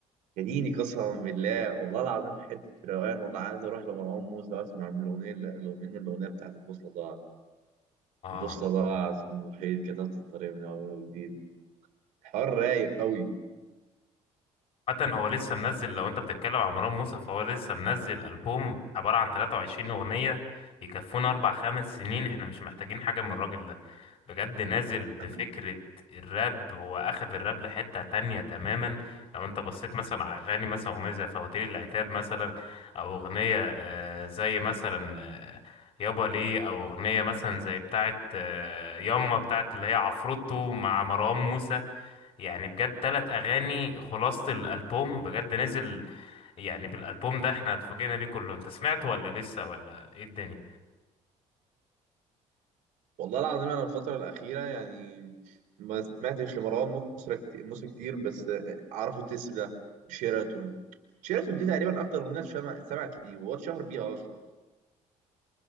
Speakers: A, on the right (about 80°); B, on the left (about 45°).
A: يا ديني قسما بالله والله العظيم حته روقان والله عايز اروح لمروان موسى واسمع من الاغنيه اللي- من الاغنيه بتاعت البوصله ضاعت
B: اه
A: البوصله ضاعت في المحيط كتبت الطريق من اول وجديد حوار رايق قوي
B: حتى هو لسه منزل لو انت بتتكلم عن مروان موسى فهو لسه منزل ألبوم عبارة عن 23 أغنية يكفونا أربع خمس سنين احنا مش محتاجين حاجة من الراجل ده بجد نازل بفكرة
A: <clears throat>
B: الراب هو أخذ الراب لحتة تانية تماما لو انت بصيت مثلا على أغاني مثلا أغنية زي فواتير العتاب مثلا أو أغنية آه، زي مثلا آه، يابا ليه أو أغنية مثلا زي بتاعت آه، ياما بتاعت اللي هي عفروتو مع مروان موسى يعني بجد تلات أغاني خلاصة الألبوم بجد نزل يعني بالألبوم ده احنا اتفاجئنا بيه كله انت سمعته ولا لسه ولا ايه الدنيا
A: والله العظيم انا الفتره الاخيره يعني ما سمعتش لمروان موسى كتير موسى كتير بس اعرفه تسلا وشيراتون شيراتون دي تقريبا اكتر اغنيه اتسمع- اتسمعت ليه وهو اتشهر بيها اصلا